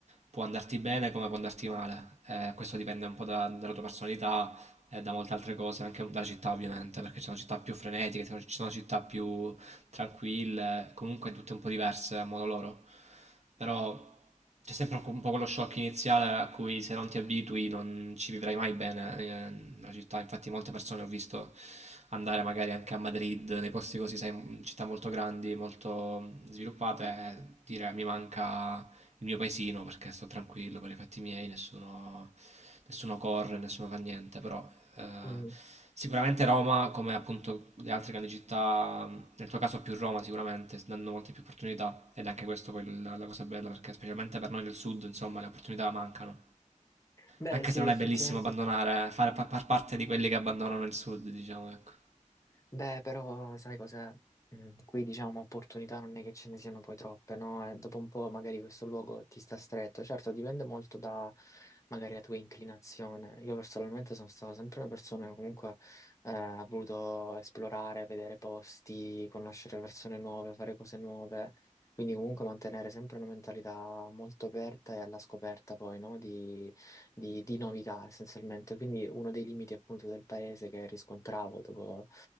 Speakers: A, on the right; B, on the left.
A: può andarti bene come può andarti male. Eh, questo dipende un po' da- dalla tua personalità e da molte altre cose, anche dalla città, ovviamente, perché ci sono città più frenetiche, ci sono ci sono città più tranquille, comunque tutte un po' diverse a modo loro. Però c'è sempre un po', un po' quello shock iniziale a cui se non ti abitui non ci vivrai mai bene eh, nella città. Infatti molte persone ho visto andare magari anche a Madrid, nei posti così, sai, città molto grandi, molto sviluppate, e dire mi manca il mio paesino perché sto tranquillo per i fatti miei, nessuno, nessuno corre, nessuno fa niente, però eh,
B: Mm.
A: sicuramente Roma, come appunto le altre grandi città, nel tuo caso più Roma sicuramente, danno molte più opportunità ed è anche questo poi la, la cosa bella perché specialmente per noi del sud insomma le opportunità mancano,
B: Beh,
A: anche
B: sì,
A: se non
B: effettivamente.
A: è bellissimo abbandonare, far, far parte di quelli che abbandonano il sud diciamo ecco,
B: Beh, però sai cos'è? Mm, Qui diciamo opportunità non è che ce ne siano poi troppe, no? E dopo un po' magari questo luogo ti sta stretto. Certo, dipende molto da magari la tua inclinazione. Io personalmente sono stata sempre una persona che comunque eh, ha voluto esplorare, vedere posti, conoscere persone nuove, fare cose nuove. Quindi comunque mantenere sempre una mentalità molto aperta e alla scoperta poi, no? Di, di di novità essenzialmente. Quindi uno dei limiti appunto del paese che riscontravo dopo